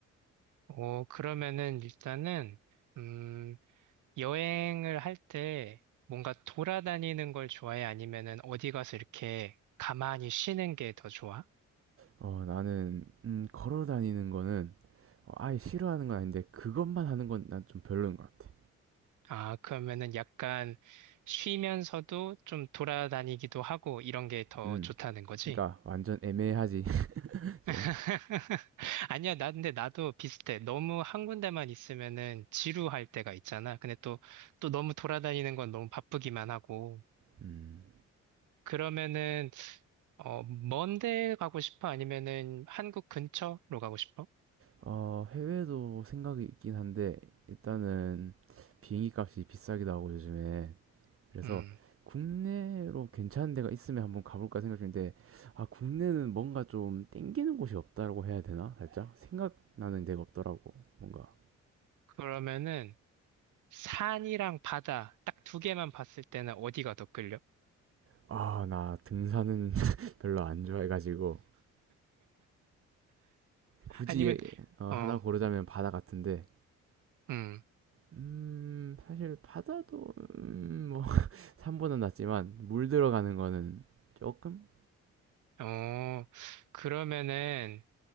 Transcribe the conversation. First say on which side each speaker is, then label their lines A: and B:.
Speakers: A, on the right (about 80°); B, on the right (about 45°).
A: 어, 그러면은 일단은, 음, 여행을 할 때 뭔가 돌아다니는 걸 좋아해? 아니면은 어디 가서 이렇게 가만히 쉬는 게 더 좋아?
B: 어, 나는 음, 걸어 다니는 거는 어, 아예 싫어하는 건 아닌데 그것만 하는 건 난 좀 별로인 것 같아.
A: 아, 그러면은 약간 쉬면서도 좀 돌아다니기도 하고 이런 게 더
B: 음,
A: 좋다는 거지?
B: 그러니까 완전 애매하지 <laughs> 좀.
A: <laughs> 아니야, 나, 근데 나도 비슷해. 너무 한 군데만 있으면은 지루할 때가 있잖아. 근데 또, 또 너무 돌아다니는 건 너무 바쁘기만 하고.
B: 음,
A: 그러면은, 어, 먼데 가고 싶어? 아니면은 한국 근처로 가고 싶어?
B: 어, 해외도 생각이 있긴 한데 일단은 비행기 값이 비싸기도 하고 요즘에 그래서
A: 음,
B: 국내로 괜찮은 데가 있으면 한번 가볼까 생각 중인데 아 국내는 뭔가 좀 땡기는 곳이 없다라고 해야 되나? 살짝 생각나는 데가 없더라고 뭔가.
A: 그러면은 산이랑 바다 딱 두 개만 봤을 때는 어디가 더 끌려?
B: 아, 나 등산은 <laughs> 별로 안 좋아해가지고 굳이
A: 아니면,
B: 어, 하나
A: 어,
B: 고르자면 바다 같은데
A: 음,
B: 음 사실 바다도 음, 뭐 <laughs> 산보다 낫지만 물 들어가는 거는 조금
A: 어, 그러면은